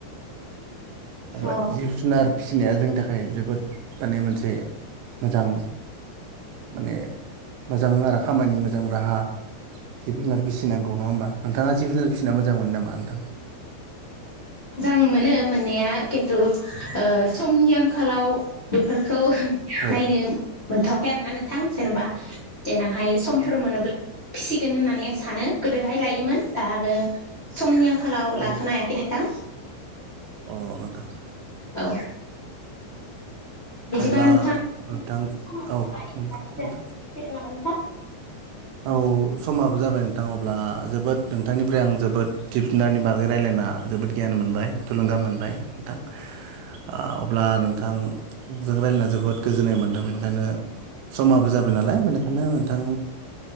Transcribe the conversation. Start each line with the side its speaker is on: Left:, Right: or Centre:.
Right: अब्ला
Left: अ
Right: जिब जुनार फिसिनाया जोंनि थाखाय जोबोद माने मोनसे मोजां माने मोजां आरो खामानि मोजां राहा जिब जुनार फिसिनांगौ नङा होमबा नोंथाङा जिब जुनार फिसिना मोजां मोनो नामा नोंथां
Left: मोजां मोनो मोननाया खिन्थु ओ समनि आंखालाव बेफोर औ
Right: औ
Left: नायनो मोनथवाखै आरो ना नोंथां जेनेबा देनांहाय समफोर
Right: औ
Left: मोनोब्ला फिसिगोन होननानै आं सानो गोदोहाय लायोमोन दा आरो समनि आं आथिखालाव
Right: औ
Left: लाथ'नो हायाखै नोंथां।
Right: अ नोंथां।
Left: औ। बिदिबा
Right: अब्ला
Left: नोंथां जोंना
Right: नोंथां
Left: समाबो
Right: औ
Left: जाबाय
Right: नोंथां
Left: लाखि जासिगोनसै नामा नोंथां?
Right: औ समाबो जाबाय नोंथां अब्ला जोबोद नोंथांनिफ्राय आं जोबोद जिब जुनारनि बागै रायलायना जोबोद गियान मोनबाय, थुलुंगा मोनबाय, नोंथां ओ अब्ला नोंथां जों रायलायना जोबोद गोजोन्नाय मोन्दों बेनिखायनो समाबो जाबाय नालाय बेनिखायनो नोंथां